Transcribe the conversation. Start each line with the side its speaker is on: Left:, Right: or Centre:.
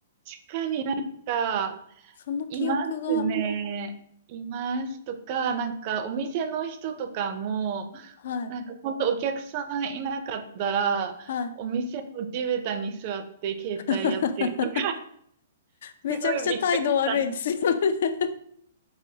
Right: かになんか、
Left: その記憶が、
Right: いますね。いますとか、なんかお店の人とかも、
Left: はい、
Right: なんか本当お客さんいなかったら、
Left: はい。
Right: お店の地べたに座って携帯やってるとか、
Left: <laughs> めちゃくちゃ態度悪いですよね
Right: すごいびっくりした。